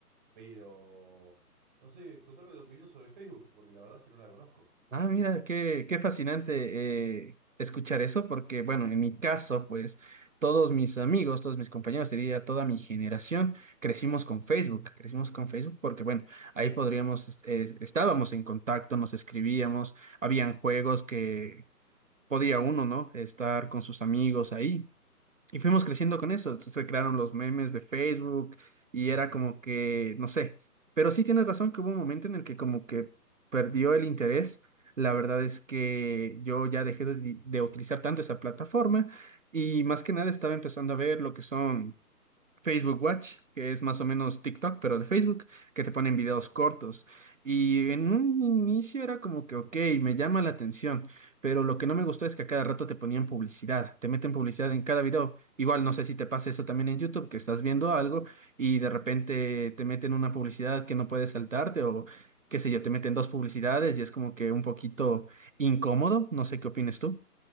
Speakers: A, on the right (about 30°); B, on the right (about 55°).
A: Pero no sé, contame tu opinión sobre Facebook, porque la verdad es que no la conozco.
B: Ah, mira, qué, qué fascinante eh, escuchar eso, porque bueno, en mi caso, pues todos mis amigos, todos mis compañeros, diría toda mi generación, crecimos con Facebook, crecimos con Facebook porque bueno, ahí podríamos, es- es- estábamos en contacto, nos escribíamos, habían juegos que podía uno, ¿no? Estar con sus amigos ahí. Y fuimos creciendo con eso. Entonces, se crearon los memes de Facebook y era como que, no sé. Pero sí tienes razón que hubo un momento en el que como que perdió el interés. La verdad es que yo ya dejé de, de utilizar tanto esa plataforma y más que nada estaba empezando a ver lo que son Facebook Watch, que es más o menos TikTok, pero de Facebook, que te ponen videos cortos. Y en un inicio era como que, ok, me llama la atención, pero lo que no me gustó es que a cada rato te ponían publicidad, te meten publicidad en cada video. Igual no sé si te pasa eso también en YouTube, que estás viendo algo y de repente te meten una publicidad que no puedes saltarte o qué sé yo, te meten dos publicidades y es como que un poquito incómodo. No sé qué opinas tú.